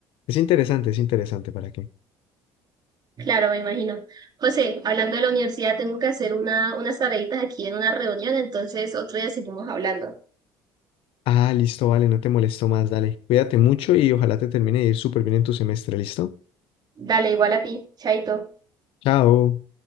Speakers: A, on the left; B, on the right.
A: es interesante, es interesante, ¿para qué?
B: Claro, me imagino. José, hablando de la universidad, tengo que hacer una, unas tareitas aquí en una reunión, entonces otro día seguimos hablando.
A: Ah, listo, vale, no te molesto más, dale. Cuídate mucho y ojalá te termine de ir súper bien en tu semestre, ¿listo?
B: Dale, igual a ti, Chaito.
A: Chao.